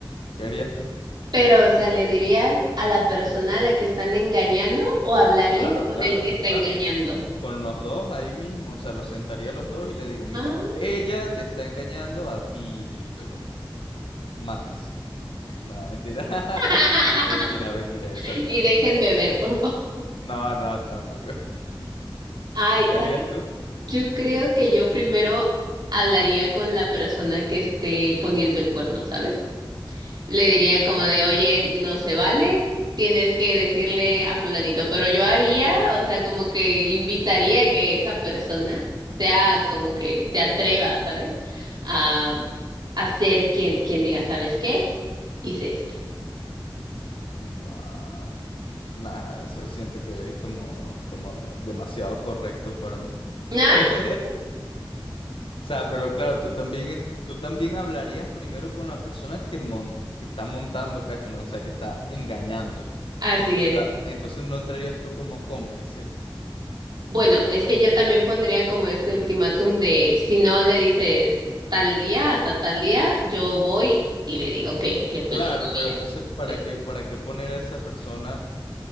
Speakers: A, on the left; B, on the right.
A: ¿Qué harías tú?
B: Pero, o sea, ¿le dirías a la persona a la que están engañando o hablarías
A: Claro,
B: con
A: claro,
B: el que está
A: claro.
B: engañando?
A: Con los dos ahí mismo, o sea, los sentaría a los dos y le digo, mira,
B: Ah.
A: ella te está engañando a ti, listo ya, mátense. No, mentira. <laughs>
B: <laughs>
A: Mentira, mentira, es sarcasmo,
B: Y déjenme
A: es sarcasmo.
B: ver, por favor.
A: No, no, tampoco.
B: Ay,
A: ¿Qué
B: ¿sabes?
A: harías tú?
B: Yo creo que yo primero hablaría con la persona que esté poniendo el cuerno, ¿sabes? Le diría como de, oye, no se vale, tienes que decirle a fulanito, pero yo haría, o sea, como que invitaría a que esa persona sea como que se atreva, ¿sabes? A, a ser quien, quien diga, ¿sabes qué? Hice esto.
A: Guau. Nah, eso siento que es como, como demasiado correcto para mí.
B: <laughs>
A: <laughs> O sea, pero claro, tú también, en- tú también hablarías primero con la persona que, mon- que está montando, cacho, no, o sea, que está engañando.
B: Ah, así
A: Entonces,
B: es.
A: la, entonces no entrarías tú como cómplice.
B: Bueno, es que yo también pondría como este ultimátum de, si no le dices tal día, hasta tal día, yo voy y le digo que, que pues
A: Claro,
B: yo sabía.
A: pero entonces, ¿para
B: Sí.
A: qué, para qué poner a esa persona